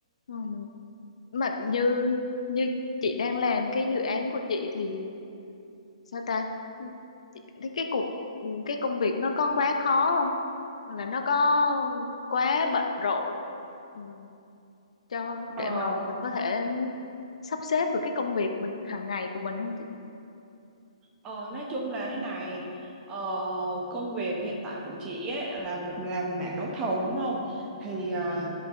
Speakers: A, on the left; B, on the right.
A: Ừ. mà như như chị đang làm cái dự án của chị thì sao ta Chị- thế cái cuộc cái công việc nó có quá khó không hoặc là nó có quá bận rộn ừ, cho
B: ờ,
A: để mà mình có thể sắp xếp được cái công việc mình hàng ngày của mình không chị
B: ờ, nói chung là thế này ờ, công việc hiện tại của chị ấy là v- làm về mảng đấu thầu đúng không thì ờ,